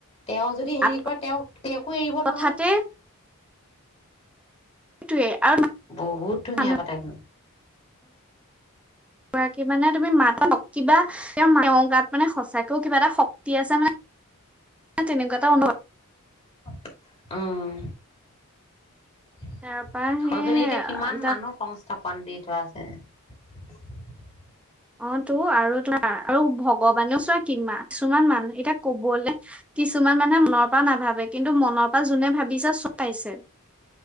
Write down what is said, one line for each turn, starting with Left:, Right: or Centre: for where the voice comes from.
Left: তেওঁ যদি
Centre: মাত
Left: হেৰি কৰে তেওঁক তেওঁকো এৰিব
Centre: কথাতে
Left: নহয়।
Centre: সেইটোৱে আৰু
Left: বহুত ধুনীয়া
Centre: মানুহ
Left: কথা কিন্তু
Centre: <unintelligible> ৰাকী মানে তুমি মাত কিবা তেওঁ গাত মানে সঁচাকে কিবা এটা শক্তি আছে মানে তেনেকুৱা এটা অনুভৱ
Left: <unintelligible> উম। <unintelligible>
Centre: তাৰপৰা সেই
Left: এতিয়া কিমান
Centre: তাৰ
Left: মানুহ সংস্থাপন দি। <unintelligible>
Centre: অ' টো আৰু <unintelligible> আৰু ভগৱানেও চোৱা, কি কিছুমান মানুহ এতিয়া ক'বলে কিছুমান মানুহে মনৰ পৰা নাভাবে কিন্তু মনৰ পৰা যোনে ভাবিছে চটাইছে,